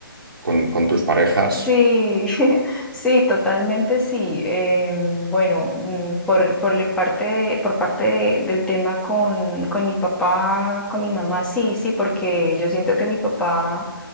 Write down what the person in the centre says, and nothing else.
sí, <laughs> sí, totalmente sí. Eh, bueno, mm, por, por la parte de- por parte de- del tema con, con mi papá, con mi mamá, sí, sí, porque yo siento que mi papá